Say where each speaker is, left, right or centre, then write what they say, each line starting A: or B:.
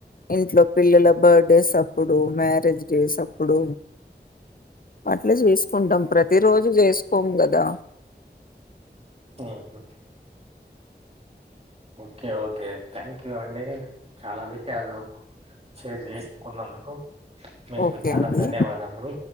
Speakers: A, on the left (about 55°); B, on the right (about 35°).
A: ఇంట్లో పిల్లల బర్త్డేస్ అప్పుడు మ్యారేజ్ డేస్ అప్పుడు అట్లా చేసుకుంటాం ప్రతి రోజు చేసుకోము కాడ్ దా
B: ఉహ్ ఉమ్ ఓకే ఓకే థ్యాంక్ యూ అండి చాలా విషయాలు షేర్ చేసుకున్నందుకు మీకు
A: ఓకే
B: చాలా
A: అండి
B: ధన్యవాదములు.